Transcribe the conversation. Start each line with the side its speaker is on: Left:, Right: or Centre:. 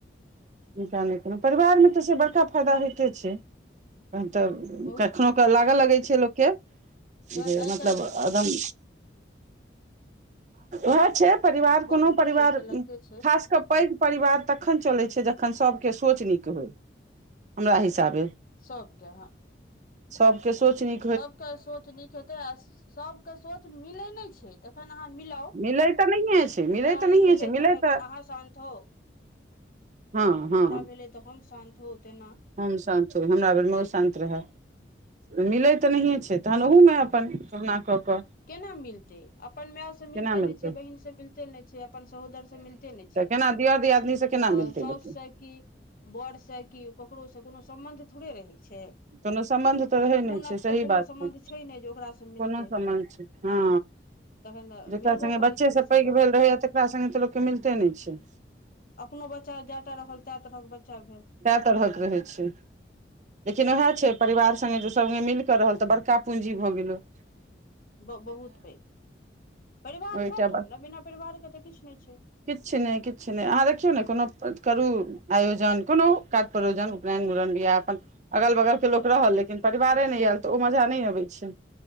Right: हुनका नहि केलहुँ परिवारमे तऽ से बड़का फायदा होइते छै कखन तऽ
Left: बहुत
Right: कखनहु
Left: छै
Right: क लागय लगै छै लोककेँ
Left: तहन
Right: जे
Left: आइ
Right: मतलब
Left: काल्हि
Right: एकदम उएह छै परिवार
Left: बहुत
Right: कोनो परिवार
Left: से तऽ लगिते छै
Right: खास कऽ पैघ परिवार तखन चलै छै जखन सबके सोच नीक होइ हमरा हिसाबे
Left: सभ केँ ह
Right: सभ केँ सोचनी
Left: सभ केँ सोच नीक हेतै आ सभ केँ सोच मिले नहि छै तखन अहाँ मिलाउ
Right: मिलै तऽ नहिए छै मिलै
Left: ओकरा
Right: तऽ नहिए
Left: ई भेलै
Right: छै मिलै
Left: तखन
Right: तऽ
Left: अहाँ शानत हो
Right: हँ हँ
Left: तोरा भेलै तऽ हम शान्त हो तेना
Right: हम शान्त हो हमरा बेर मे ओ शान्त रहै मिलैत तऽ नहिए छै तहन ओहूमे अपन कहामना कऽ कऽ
Left: केना मिलते अपन माय से मिलते
Right: केना मिलतै
Left: नहि छै बहिनसँ मिलते नहि छै अपन सहोदर से मिलते नहि छै
Right: केना दियर दियादनीसँ केना
Left: तऽ
Right: मिलतै
Left: साओस
Right: लोकके
Left: छै कि बड़ से कि ककरो से कोनो सम्बंध थोड़े रहै छै
Right: कोनो सम्बन्ध तऽ रहै नहि
Left: खूनक
Right: छै सही
Left: तऽ कोनो
Right: बात
Left: सम्बन्ध
Right: छै
Left: नहि जे ओकरासँ मिलतै
Right: कोनो सम्बन्ध छै हँ
Left: तखन तऽ
Right: जकरा
Left: मिलबय
Right: संगे
Left: पड़ैत
Right: बच्चे
Left: छै
Right: सब
Left: से
Right: पैघ
Left: बात
Right: भेल
Left: छै
Right: रहैया तकरा सङ्गे तऽ लोकके मिलते नहि छै
Left: अपनो बच्चा जाय टा रहल ताए तरहक बच्चा भेल
Right: तए तरहक रहै छै लेकिन ओएह छै परिवार संगे जो संगे मिल क रहल तऽ बड़का पूंजी भऽ गेलै
Left: बहुत पैघ परिवार
Right: ओहिटा
Left: सभठाम न बिना परिवारके तऽ किछु नहि छै
Right: किछ नहि किछ नहि अहाँ देखियौ ने कोनो करू आयोजन कोनो काज प्रयोजन उपनयन मुरन बिआ अपन अगल बगल के लोक रहल लेकिन परिवारे ने आयल तऽ ओ मजा नहि अबै छै